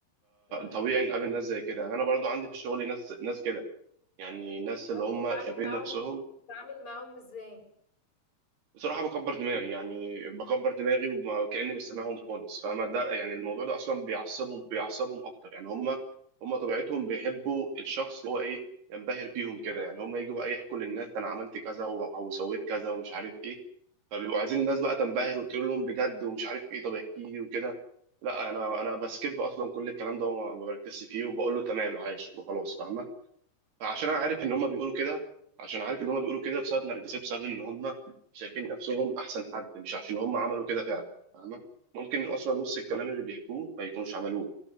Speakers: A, on the left (about 30°); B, on the right (about 70°).
A: امم
B: طبيعي نقابل ناس زي كده يعني انا برضو عندي في الشغل ناس ناس كده يعني ناس اللي
A: طب
B: هم
A: بتتعامل
B: شايفين
A: معاهم
B: نفسهم
A: بتتعامل معاهم ازاي
B: بصراحة بكبر دماغي يعني بكبر دماغي وكأني مش سامعهم خالص فاهمة ده يعني الموضوع ده أصلا بيعصبهم بيعصبهم أكتر يعني هم هم طبيعتهم بيحبوا الشخص اللي هو إيه ينبهر بيهم كده يعني هم يجوا بقى يحكوا للناس ده أنا عملت كذا و- أو سويت كذا ومش عارف إيه فبيبقوا عايزين الناس بقى تنبهر وتقول لهم بجد ومش عارف إيه طب احكي لي وكده لا أنا أنا بسكيب أصلا كل الكلام ده وما ما بركزش فيه وبقول له تمام عايش وخلاص فاهمة عشان انا عارف ان هم بيقولوا كده عشان عارف ان هم بيقولوا كده بسبب نرجسي بسبب ان هم شايفين نفسهم احسن حد مش عشان هم عملوا كده فعلا فاهمه ممكن اصلا نص الكلام اللي بيحكوه ما يكونوش عملوه